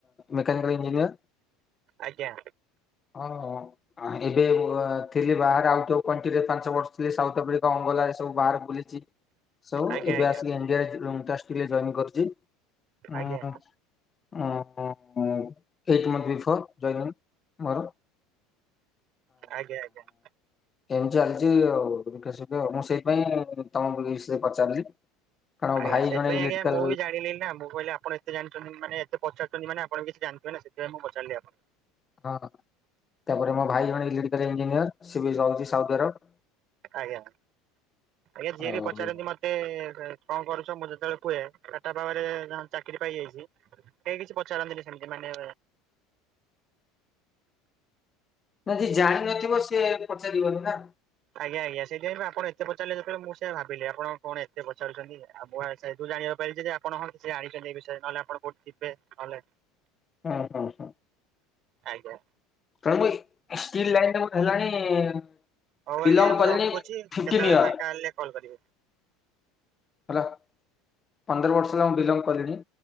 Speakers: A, on the left; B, on the right.
A: ମେକାନିକଲ ଇଞ୍ଜିନିୟର।
B: ଆଜ୍ଞା।
A: ହଁ ଏବେ ତିଲି ବାହାରେ ଆଉଟ ଅଫ କଣ୍ଟ୍ରିରେ ପାଞ୍ଚ ବର୍ଷ ଥିଲେ ସାଉଥ ଆଫ୍ରିକା ଅଙ୍ଗଲା ରେ ସବୁ ବାହାରେ ବୁଲିଛି। ସୋ
B: ଆଜ୍ଞା
A: ଏବେ
B: ଆଜ୍ଞା
A: ଆସିକି ଏଜଏନ୍ କରୁଛି
B: ଆଜ୍ଞା
A: ହମ୍। ଓ ହୋ ମୁଁ ଏଇଟ୍ ମନ୍ଥ ବିଫୋର୍ ଜଏନିଂ ମୋର।
B: ଆଜ୍ଞା ଆଜ୍ଞା।
A: ଏମିତି ଚାଲିଛି ଆଉ ଦୁଖେ ସୁଖେ ମୁଁ ସେଇପାଇଁ ତମକୁ ପଚାରିଲି କାରଣ ମୋ
B: ଆଜ୍ଞା
A: ଭାଇ
B: ସେଥିପାଇଁ
A: ଜଣେ ଇଲେକ୍ଟ୍ରିକାଲ
B: ଆଜ୍ଞା ମୁଁ ବି ଜାଣିଲି ନା ମୁଁ କହିଲି ଆପଣ ଏତେ ଜାଣିଛନ୍ତି ମାନେ ଏତେ ପଚାରୁଛନ୍ତି ମାନେ ଆପଣ କି ଜାଣିଥିବେ ସେଥିାଇଁ ମୁଁ ପଚାରିଲି ଆପଣ
A: ହଁ ତାପରେ ମୋ ଭାଇ ଜଣେ electrical engineer C B G ରହୁଛି ସାଉଦ ଆରବ
B: ଆଜ୍ଞା ଆଜ୍ଞା ଯିଏ
A: ଆଉ
B: ବି ପଚାରନ୍ତି ମ ଏତେ କଣ କରୁଛ ମୁଁ ଯେତେବେଳେ କୁହେ ଟାଟା ପାୱାର ରେ ଚାକିରି ପାଇଯାଇଚି। କେହି କିଛି ପଚାରନ୍ତିନି ସେମିତି ମାନେ
A: ନା ଯିଏ ଜାଣି ନଥିବ ସିଏ ପଚାରିବନି ନା
B: ଆଜ୍ଞା ଆଜ୍ଞା ସେଥିପାଇଁ ଆପଣ ଏତେ ପଚାରିଲେ ଯେତେବେଳେ ମୁଁ ସେୟା ଭାବିଲି ଆପଣ କଣ ଏତେ ପଚାରୁଛନ୍ତି ଆଉ ମୁ ସେଇଠୁ ଜଣିଆକୁ ପାଇଚି ଯେ ଆପଣ ହଁ କିଛି ଜାଣିଛନ୍ତି ଏ ବିଷୟରେ ନହେଲେ ଆପଣ କୋଉ ଥିବେ ନହେଲେ
A: ହଁ ହଁ ହଁ।
B: ଆଜ୍ଞା।
A: ମାମୁନି ଷ୍ଟିଲ ଲାଇନ ଟ ହେଲାଣି।
B: ହଉ ଆଜ୍ଞା
A: ବିଲଙ୍ଗ
B: ମୁଁ
A: କଲିଣି
B: ରଖୁଚି କେତେବେଳେ
A: ଫିଫ୍ଟିନ୍ ଇୟର
B: ଫାଙ୍କା ହେଲେ କଲ୍ କରିବି।
A: ହେଲା ପନ୍ଦର ବର୍ଷ ହେଲା ମୁଁ ବଲଙ୍ଗ କଲିଣିି।